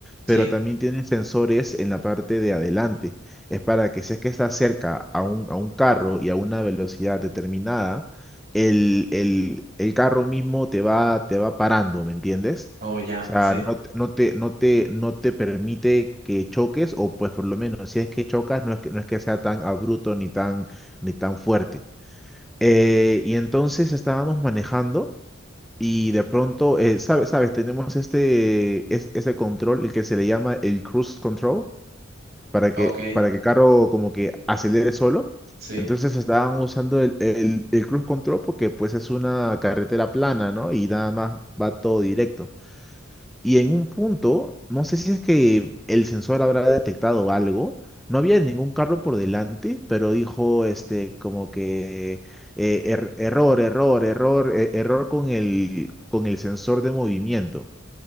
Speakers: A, on the right (about 55°); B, in the centre.
A: Sí.
B: pero también tiene sensores en la parte de adelante. Es para que si es que estás cerca a un, a un carro y a una velocidad determinada, el, el, el carro mismo te va, te va parando, ¿me entiendes?
A: Oh, ya,
B: O sea,
A: sí.
B: no, te- no te, no te, no te permite que choques, o pues por lo menos si es que chocas, no es que, no es que sea tan abrupto ni tan, ni tan fuerte. Eh, y entonces estábamos manejando y de pronto, eh, sabes, sabes, tenemos este, es- ese control, el que se le llama el cruise control, para que,
A: Ok,
B: para que el carro como que acelere solo.
A: sí,
B: Entonces estábamos usando el, el, el cruise control porque pues es una carretera plana, ¿no? Y nada más va todo directo. Y en un punto, no sé si es que el sensor habrá detectado algo, no había ningún carro por delante, pero dijo este como que eh, er- error, error, error, e- error con el, con el sensor de movimiento.